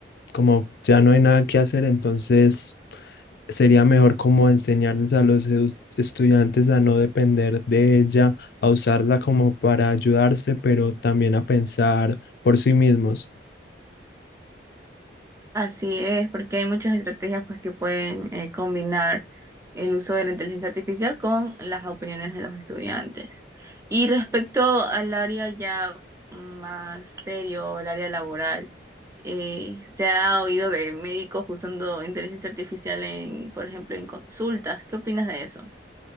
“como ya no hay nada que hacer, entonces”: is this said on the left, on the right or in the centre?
Left